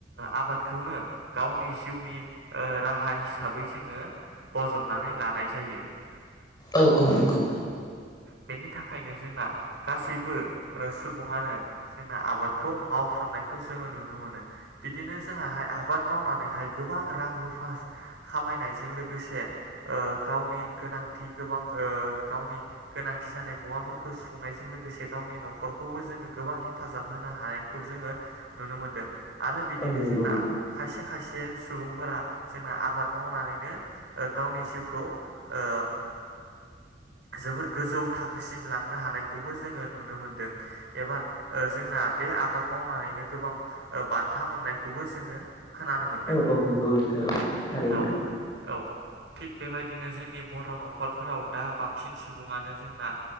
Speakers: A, on the right; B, on the left.
A: आबादखौनो गावनि जिउनि राहा हिसाबै जोङो बजबनानै लानाय जायो। औ
B: औ औ नंगौ
A: बेनि बेनि थाखायनो जोंना गासैबो सुबुङानो जोंना आबादखौ मावफ्रामनायखौ जोङो नुनो। नुनो मोनो। बिदिनो जोंहाय आबाद मावनानैहाय गोबां रां रुफा खामायनायजों लोगोसे गावनि गोनांथि गोबां गावनि गोनांथि जानाय मुवाफोरखौ सुफुंनाय। बे जजों लोगोसे गावनि न'खरखौबो जोङो गोबां हेफाजाब होनो हानायखौ जोङो नुनो मोन्दों। आरो बिदिनो
B: औ नंगौ
A: जोंना
B: नंगौ
A: खायसे खायसे से सुबुंफोरा जोंना आबाद मावनानैनो गावनि जिउखौ ओ जोबोद गोजौ थाखोसिम लांनो हानायखौबो जोङो नुनो मोनदों एबा जोंना द बे आबाद मावनानैनो गोबां बान्था मोननायखौबो जोङो खोनानो मोनदों।
B: औ औ नंगौ नोंथां औ थारैनो
A: औ औ। थिग बेबायदिनो जोंनि बर' न'खरफोराव दा बांसिन सुबङनो जोंना